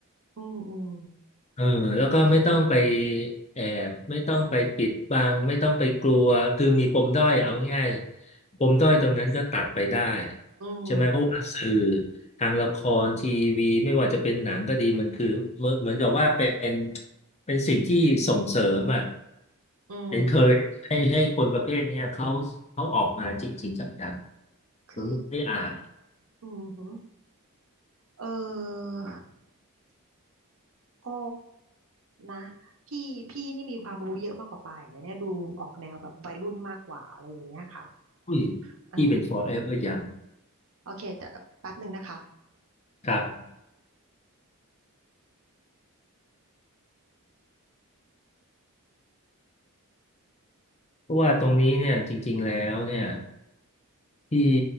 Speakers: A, on the right; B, on the left.
A: อืมอืม
B: เออแล้วก็ไม่ต้องไปแอบไม่ต้องไปปิดบังไม่ต้องไปกลัวคือมีปมด้อยเอาง่ายๆปมด้อยตรงนั้นก็ตัดไปได้
A: อืม
B: ใช่ไหมเพราะว่าสื่อทางละครทีวีไม่ว่าจะเป็นหนังก็ดีมันคือเหมือนเหมือนกับว่าเป็นเป็นสิ่งที่ส่งเสริมอ่ะ
A: อืม
B: encourage ให้ให้คนประเภทเนี้ยเขาเขาออกมาจริงๆจัง
A: คือ
B: มันไม่ได้อ่าน
A: อืมหือเออ ก็นะพี่พี่นี่มีความรู้เยอะมากกว่าปายอย่างเนี้ยดูออกแนวแบบวัยรุ่นมากกว่าอะไรอย่างเงี้ยค่ะ
B: อุ้ย
A: อืม
B: พี่เป็น forever young
A: โอเคแต่แป๊บหนึ่งนะคะ
B: ครับเพราะว่าตรงนี้เนี่ยจริงๆแล้วเนี่ยพี่